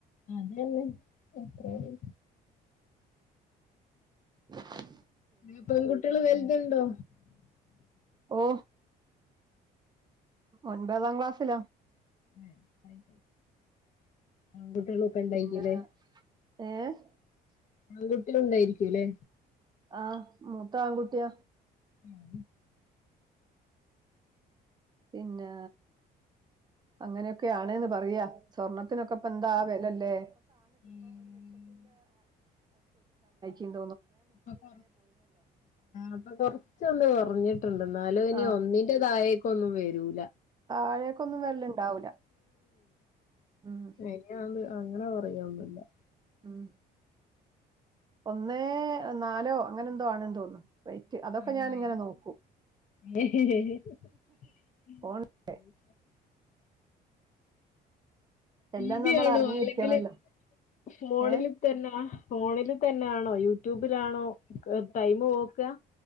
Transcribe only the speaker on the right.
<inaudible>
ഓ ഒൻപതാം ക്ലാസ്സിലാ.
പിന്നെ ഏ?
ആ മൂത്ത ആൺങ്കുട്ടിയാ.
പിന്നെ... അങ്ങനെയൊക്കെയാണ്ന്ന് പറയ്യാ സ്വർണത്തിനൊക്കെ ഇപ്പ എന്താ വെലല്ലേ?
<unintelligible>
ആ
താഴേക്കൊന്നും വരലുണ്ടാവൂല ഉം
ഉം. ഒന്നേ നാലോ അങ്ങനെന്തോ ആണ് തോന്നും റേറ്റ്, അതൊക്കെ
ഞാനിങ്ങനെ നോക്കൂ.
ഫോൺ <unintelligible>
എല്ലാം നമ്മൾ
അറിഞ്ഞിരിക്കണല്ലോ
ഏ